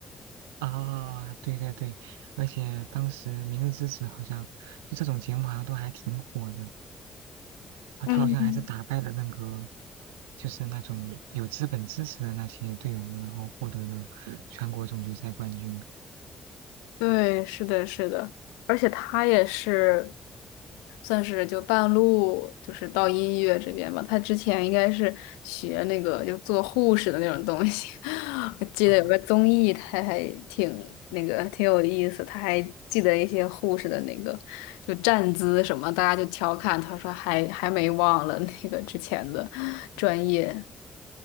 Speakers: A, on the right; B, on the left.
A: 啊，对对对，而且当时《明日之子》好像就这种节目好像都还挺火的啊，
B: 嗯。
A: 他好像还是打败了那个就是那种有资本支持的那些队伍，然后获得了全国总决赛冠军。
B: 对，是的，是的，而且他也是算是就半路就是到音乐这边吧。他之前应该是学那个就做护士的那种东西，<laughs> 我记得有个综艺，
A: 啊。
B: 他还挺那个挺有意思，他还记得一些护士的那个就站姿什么，大家就调侃他说还还没忘了那个之前的专业